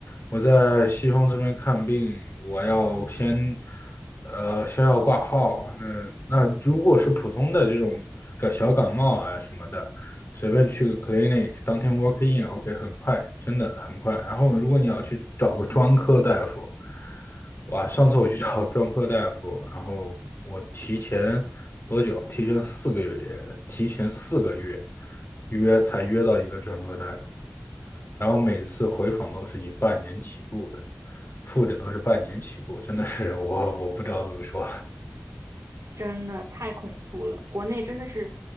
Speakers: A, on the left (about 50°); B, on the right (about 75°).
A: 我在西方这边看病，我要先，呃，先要挂号。那那如果是普通的这种感小感冒啊什么的，随便去个 clinic，当天 walk in，OK，、很快，真的很快。然后如果你要去找个专科大夫，哇，上次我去找专科大夫，然后我提前多久？提前四个月约的，提前四个月约才约到一个专科大夫，然后每次回访都是以半年起步的，复诊都是半年起步，真的是我我不知道怎么说了。
B: 真的太恐怖了，国内真的是，